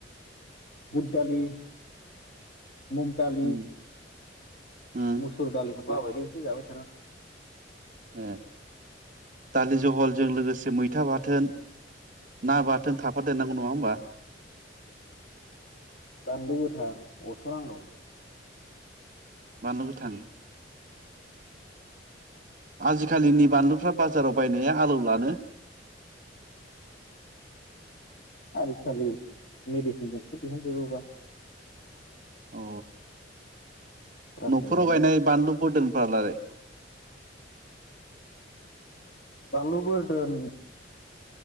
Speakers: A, on the left; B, on the right.
A: बुद दालि मुग दालि
B: उम उम
A: मुसुर दालि बाबायलै एसे जाबाय थाना।
B: ए दालि जहलजों लोगोसे मैथा बाथोन ना बाथोन थाफादेरनांगौ नङा होमबा।
A: बानलु गोथां अरस'नांगौ।
B: बानलु गोथां आजिखालिनि बानलुफ्रा बाजाराव बायनाया आलौ लानो।
A: आजिखालि मेडिसिनजोंसो दिहुनजोबोबा।
B: अ
A: रासायनारि
B: न'फोराव गायनाय बानलु बोदोनफ्रालाय
A: बानलु बोर दोन